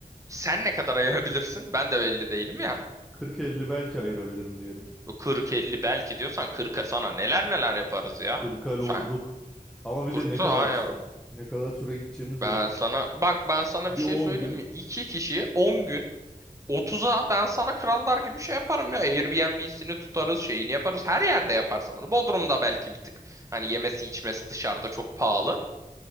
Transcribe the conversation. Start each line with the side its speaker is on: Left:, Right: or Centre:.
Right: sen ne kadar ayırabilirsin? Ben de belli değilim ya.
Centre: 40-50 belki ayırabilirim diyelim.
Right: Bu 40-50 belki diyorsan 40'a sana neler neler yaparız ya.
Centre: kırka
Right: Sen
Centre: lordluk. Ama bir
Right: kurtu
Centre: de ne kadar
Right: hayır.
Centre: süre? Ne kadar süre gideceğimiz
Right: Ben
Centre: de önemli.
Right: sana bak ben sana
Centre: Bir
Right: bir şey
Centre: on
Right: söyleyeyim
Centre: gün
Right: mi? iki kişi 10 gün Otuz'a ben sana krallar gibi şey yaparım ya. Airbnb'sini tutarız, şeyini yaparız. Her yerde yaparsın bunu. Bodrum'da belki bir tık. Hani yemesi içmesi dışarıda çok pahalı.